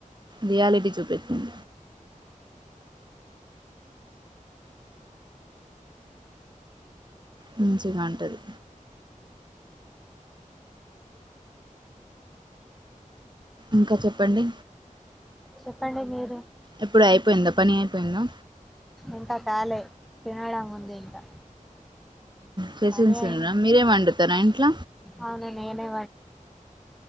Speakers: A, on the right (about 35°); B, in the centre.
A: రియాలిటీ చూపెట్టిన్ మంచిగా ఉంటాది ఇంకా చెప్పండి
B: చెప్పండి మీరు
A: ఇప్పుడు అయిపోయిందా పని అయిపోయిందా
B: ఇంకా కాలే తినడం ఉంది ఇంకా
A: చేసింసారా
B: కానీ
A: మీరేం వండుతారా ఇంట్ల
B: అవును నేనే